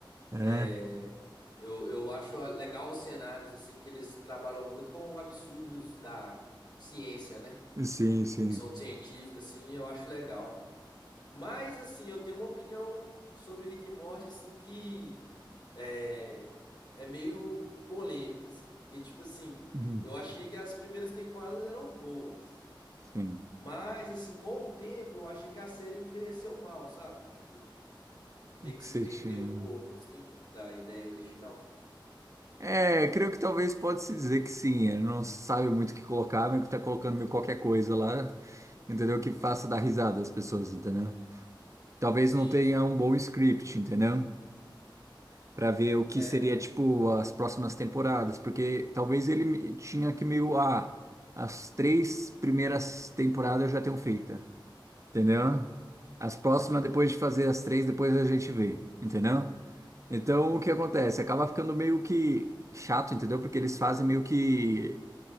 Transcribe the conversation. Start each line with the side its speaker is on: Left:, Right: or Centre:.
Right: É,
Left: É, eu, eu acho legal os cenários, assim, que eles trabalham muito com absurdos da ciência, né?
Right: sim, sim.
Left: Ficção científica, assim, eu acho legal. Mas, assim, eu tenho uma opinião sobre Rick e Morty, assim, que é, é meio polêmica, assim. Porque, tipo assim,
Right: Uhum.
Left: eu achei que as primeiras temporadas eram boas.
Right: Sim,
Left: Mas, assim, com o tempo, eu achei que a série envelheceu mal, sabe? Tipo, meio que
Right: que
Left: se
Right: você
Left: perdeu
Right: tinha, né?
Left: um pouco, assim, da ideia original.
Right: É, creio que talvez pode se dizer que sim. Ele não sabe muito o que colocar, meio que tá colocando meio qualquer coisa lá, entendeu? Que faça dar risada às pessoas, entendeu? Talvez
Left: Sim,
Right: não tenha
Left: sim.
Right: um bom script, entendeu? Pra ver o que
Left: É,
Right: seria, tipo, as próximas temporadas, porque talvez ele me- tinha que meio, ah, as três primeiras temporadas eu já tenho feita, entendeu? As próximas,
Left: uhum.
Right: depois de fazer as três, depois a gente vê, entendeu? Então, o que acontece? Acaba ficando meio que chato, entendeu? Porque eles fazem meio que.